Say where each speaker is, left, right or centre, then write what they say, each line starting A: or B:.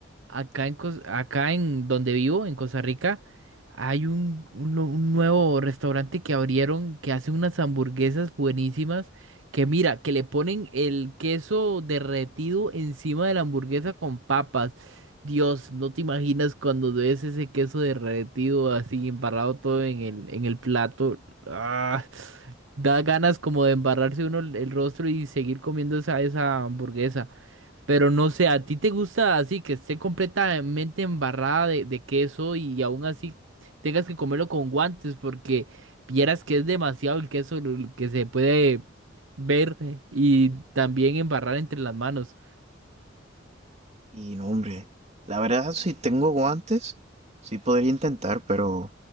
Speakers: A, on the right; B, on the right.
A: acá en, Cos- acá en donde vivo, en Costa Rica, hay un, un nu- un nuevo restaurante que abrieron que hace unas hamburguesas buenísimas que mira, que le ponen el queso derretido encima de la hamburguesa con papas. Dios, no te imaginas cuando ves ese queso derretido así embarrado todo en el, en el plato. Ah, da ganas como de embarrarse uno el el rostro y seguir comiendo esa, esa hamburguesa. Pero no sé, ¿a ti te gusta así que esté completamente embarrada de, de queso y aún así tengas que comerlo con guantes porque vieras que es demasiado el queso el que se puede ver y también embarrar entre las manos?
B: Y no, hombre, la verdad, si tengo guantes, sí podría intentar, pero